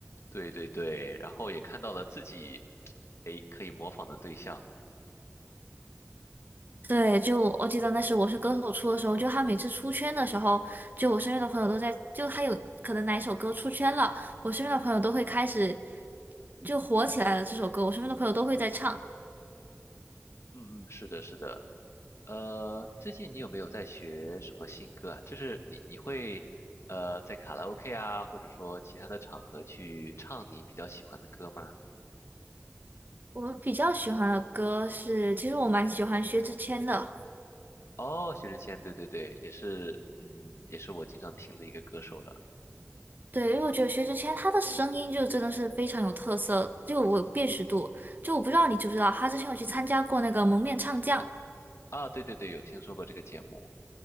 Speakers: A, on the left; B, on the right.
A: 对对对，然后也看到了自己诶可以模仿的对象。
B: 对，就我记得那时候我是歌手出的时候，就他每次出圈的时候，就我身边的朋友都在，就他有可能哪一首歌出圈了，我身边的朋友都会开始就火起来了。这首歌，我身边的朋友都会在唱。
A: 嗯嗯，是的，是的。呃，最近你有没有在学什么新歌啊？就是你你会呃在卡拉 OK 啊，或者说其他的场合去唱你比较喜欢的歌吗？
B: 我比较喜欢的歌是，其实我蛮喜欢薛之谦的，
A: 哦，薛之谦，对对对，也是，嗯，也是我经常听的一个歌手了。
B: 对，因为我觉得薛之谦他的声音就真的是非常有特色，就我有辨识度。就我不知道你知不知道，他之前有去参加过那个《蒙面唱将》。
A: 啊，对对对，有听说过这个节目，